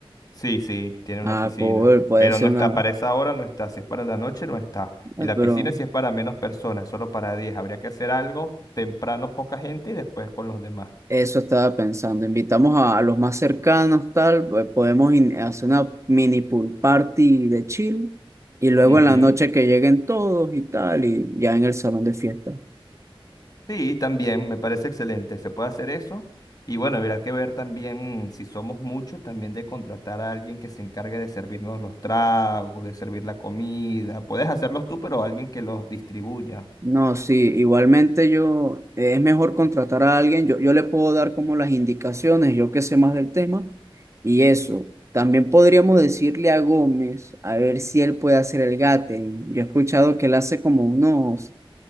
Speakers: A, on the left; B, on the right.
A: Sí, sí, tiene
B: Ah,
A: una piscina,
B: cool, puede
A: pero
B: ser
A: no está,
B: una...
A: para esa hora no está, si es para la noche no está.
B: ah,
A: Y la
B: pero...
A: piscina si es para menos personas, solo para 10. habría que hacer algo temprano, poca gente y después con los demás.
B: Eso estaba pensando. Invitamos a, a los más cercanos, tal. pues, Podemos in- hacer una mini pool party de chill. Y luego
A: Ujú.
B: en la noche que lleguen todos y tal, y ya en el salón de fiesta.
A: Sí, también me parece excelente. Se puede hacer eso. Y bueno, habrá que ver también si somos muchos, también de contratar a alguien que se encargue de servirnos los tragos, de servir la comida. Puedes hacerlos tú, pero alguien que los distribuya.
B: No, sí, igualmente yo, eh, es mejor contratar a alguien, yo, yo le puedo dar como las indicaciones, yo que sé más del tema, y eso. También podríamos decirle a Gómez, a ver si él puede hacer el gathering. Yo he escuchado que él hace como unos